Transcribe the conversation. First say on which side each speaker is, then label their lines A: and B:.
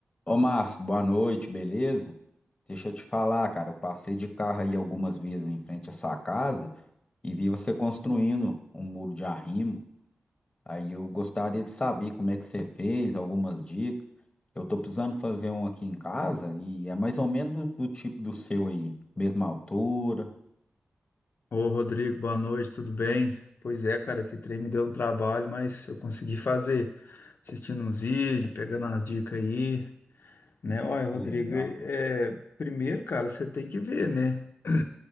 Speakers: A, on the left; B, on the left.
A: Ô Márcio, boa noite, beleza? Deixa eu te falar, cara, eu passei de carro aí algumas vezes em frente à sua casa e vi você construindo um muro de arrimo. Aí eu gostaria de saber como é que você fez, algumas dicas. Eu tô precisando fazer um aqui em casa e é mais ou menos do, do tipo do seu aí, mesma altura.
B: Ô, Rodrigo, boa noite, tudo bem? Pois é, cara, que trem me deu um trabalho, mas eu consegui fazer, assistindo uns vídeos, pegando as dicas aí, né? Olha, Rodrigo,
A: Legal.
B: é, primeiro, cara, você tem que ver, né? <clears throat>